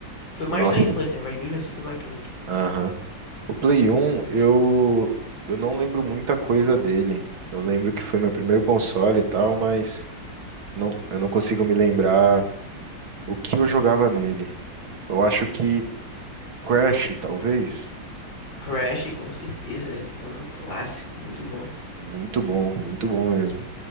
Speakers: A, on the left; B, on the right.
A: Foi
B: Nossa,
A: mais na infância, né? Mas mesmo assim foi marcante.
B: aham. O Play 1, eu, eu não lembro muita coisa dele. Eu lembro que foi meu primeiro console e tal, mas não, eu não consigo me lembrar O que eu jogava nele? Eu acho que Crash, talvez.
A: Crash, com certeza, é um clássico muito bom.
B: Muito bom, muito bom mesmo.